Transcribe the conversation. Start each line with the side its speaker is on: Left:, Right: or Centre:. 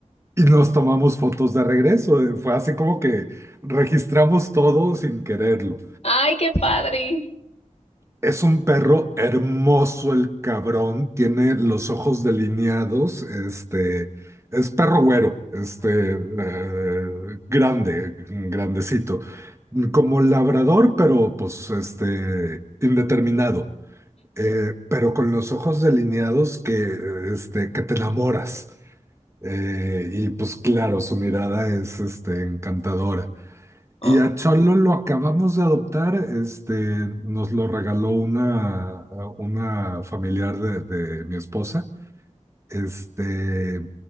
Right: y nos tomamos fotos de regreso. eh, Fue así como que registramos todo sin quererlo.
Left: Ay, qué padre.
Right: Es un perro hermoso el cabrón, tiene los ojos delineados, este, es perro güero, este, eh, grande, grandecito, como labrador, pero pues, este, indeterminado, eh, pero con los ojos delineados que, este, que te enamoras. eh, y pues claro, su mirada es, este, encantadora.
Left: Ujú.
Right: Y a Cholo lo acabamos de adoptar, este, nos lo regaló una, una familiar de, de mi esposa. Este,